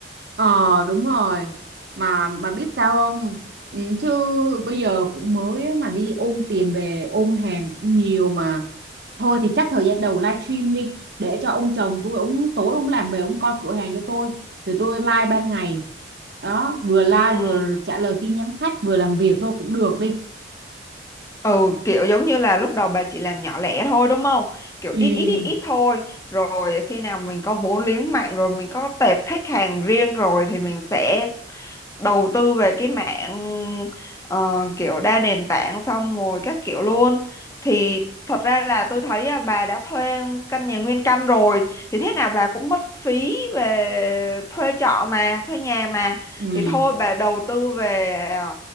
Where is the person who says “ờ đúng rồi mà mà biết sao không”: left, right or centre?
Right